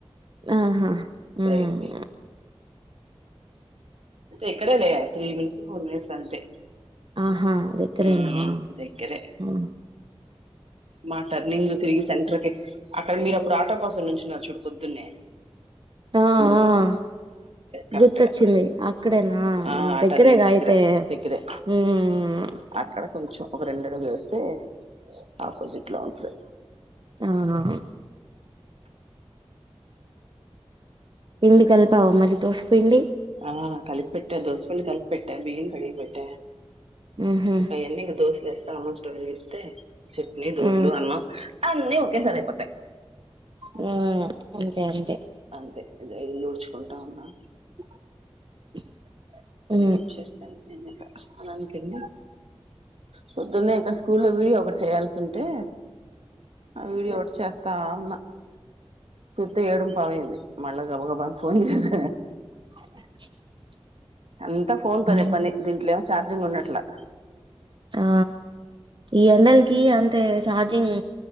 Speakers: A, on the right; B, on the right.
A: ఆహా హ్మ్మ్
B: ప్రేయర్కి ఇక్కడేలే త్రీ మినిట్స్ ఫోర్ మినిట్స్ అంతే
A: ఆహా దగ్గరేనా
B: ఉమ్, దగ్గరే
A: హ్మ్
B: మా టార్ణింగ్ తిరిగి సెంటర్ కి అక్కడ మీరు అప్పుడు ఆటో కోసం నుంచి చూడుపొద్దున్నే
A: ఆ అ అ
B: కరెక్ట్
A: గుర్తొచ్చింది
B: గా
A: అక్కడేనా
B: ఆ ఆ
A: దగ్గరేగా
B: టర్నింగ్ దగ్గర
A: అయితే
B: దగ్గరే
A: ఉమ్,
B: అక్కడ కొంచెం ఒక రెండు అడుగు వేస్తే ఆపోజిట్ లో ఉంటది
A: అవునా పిండి కలిపావా మరి దోసిపిండి
B: ఆ కలిపెంటాను దోశపిండి కలిపెట్ట బియ్యం కడిగి పెట్ట
A: ఉహు
B: ఇంకా ఆయన్ని దోసలే వస్తా స్టోర్ చేస్తే చట్నీ దోసలు
A: ఉ
B: అన్నం అన్నీ ఓకే సారీ అయిపోతాయి
A: హ్మ్ అంతే అంతే
B: అంతే ఇల్లు ఊడ్చుకుంట ఉన్నా
A: <inaudible> ఉ
B: ఇల్లు ఊడ్చుచేస్త నేను ఇక్కడ స్నానానికి వెళ్లి పొద్దున్నే ఇంకా స్కూల్లో వీడియో ఒకటి చేయాల్సి ఉంటే ఆ వీడియో ఒకటి చేస్తా ఉన్న చూత్తే ఏడుంపావు అయింది మళ్ళా గబ గబా అని ఫోన్ చేస
A: <inaudible>
B: అంతా ఫోన్ తోనే
A: ఉ
B: పని దీంట్లో ఏమో చార్జింగ్ ఉండట్లే
A: ఆ ఈ ఎండల్ కి అంటే చార్జింగ్